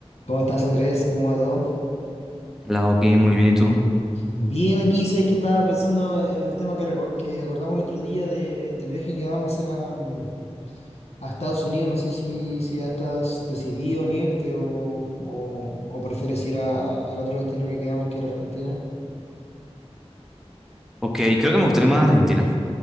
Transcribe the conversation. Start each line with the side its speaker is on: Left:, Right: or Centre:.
Left: ¿Cómo estás, Andrés? ¿Cómo va todo?
Centre: La hockey, muy bien, ¿y tú?
Left: Bien, aquí sabéis que estaba pensando en el tema que, reco- que acordamos el otro día de- del viaje que vamos a hacer a, mm, a Estados Unidos. No sé si, si ya estás decidido en irte o, o, o prefieres ir a- al otro destino que quedamos, que era Argentina.
Centre: Ok, creo que me gustaría más Argentina.